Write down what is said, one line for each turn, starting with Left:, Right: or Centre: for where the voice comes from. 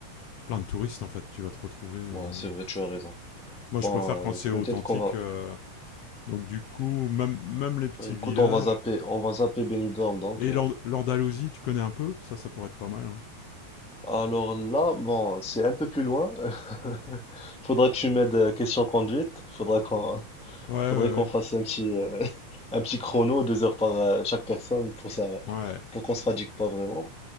Left: plein de touristes en fait. Tu vas te retrouver. euh.
Centre: Ouais, c'est vrai, tu as raison.
Left: Moi, je
Centre: Bon,
Left: préfère
Centre: euh,
Left: quand c'est
Centre: peut-être
Left: authentique.
Centre: qu'on va...
Left: euh, Donc du coup, même, même les petits
Centre: Ouais, Écoute,
Left: villages.
Centre: on va zapper, on va zapper Benidorm, donc.
Left: Et
Centre: euh.
Left: l'And- l'Andalousie, tu connais un peu Ça, ça pourrait être pas mal. hein.
Centre: Alors là, bon, c'est un peu plus loin. <laughs> Faudra que tu m'aides euh, question conduite. Faudra qu'on,
Left: Ouais, ouais,
Centre: faudrait qu'on fasse un petit, euh, <laughs> un petit chrono, deux heures par euh, chaque personne pour ça,
Left: ouais. Ouais.
Centre: pour qu'on se fatigue pas vraiment.